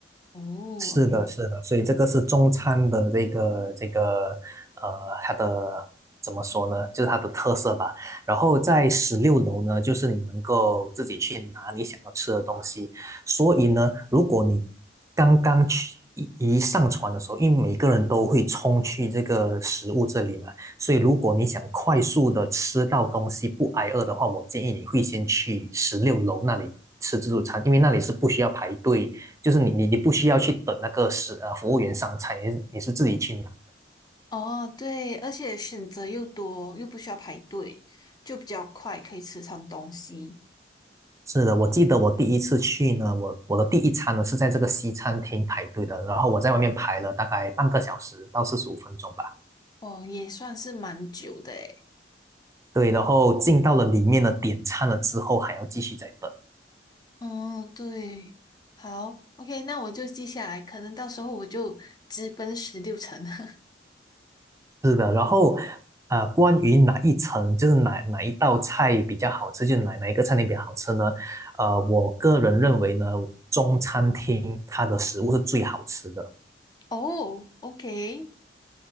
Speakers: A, on the left; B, on the right.
A: 哦
B: 是的，
A: ，OK，
B: 是的，所以这个是中餐的这个这个呃，它的怎么说呢？就是它的特色吧。然后在十六楼呢，就是你能够自己去拿你想要吃的东西。所以呢，如果你刚刚去一一上船的时候，因为每个人都会冲去这个食物这里嘛，所以如果你想快速的吃到东西不挨饿的话，我建议你会先去十六楼那里吃自助餐，因为那里是不需要排队。就是你你你不需要去等那个是呃服务员上菜，你是你是自己去拿。
A: 哦，对，而且选择又多，又不需要排队，就比较快，可以吃上东西。
B: 是的，我记得我第一次去呢，我我的第一餐呢是在这个西餐厅排队的，然后我在外面排了大概半个小时到四十五分钟吧。
A: 哦，也算是蛮久的诶。
B: 对，然后进到了里面呢，点餐了之后还要继续再等。
A: 嗯，对，好，OK，那我就记下来，可能到时候我就直奔十六层。<laughs>
B: 是的，然后啊、呃关于哪一层，就是哪哪一道菜比较好吃，就是哪哪一个餐厅比较好吃呢？呃，我个人认为呢，中餐厅它的食物是最好吃的。
A: 哦，OK。